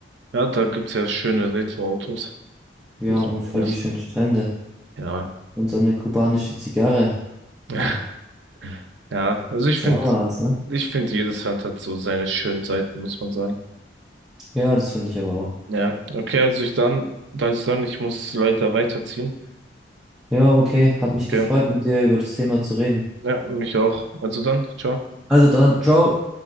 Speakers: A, on the right (about 75°); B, in the centre.
A: Ja, da gibt's ja schöne Retro-Autos.
B: Ja,
A: Muss
B: und
A: man
B: voll
A: lassen.
B: die schönen Strände.
A: Ja.
B: Und so eine kubanische Zigarre.
A: <laughs>
B: Ach,
A: Ja, also ich
B: ist
A: finde,
B: ja auch mal was, ne?
A: ich finde, jedes Land hat so seine schönen Seiten, muss man sagen.
B: Ja, das finde ich aber auch.
A: Ja, okay, also ich dann, also dann, ich muss leider weiterziehen.
B: Ja, okay. Hat mich
A: Okay.
B: gefreut, mit dir über das Thema zu reden.
A: Ja, mich auch. Also dann, ciao.
B: Also dann, ciao.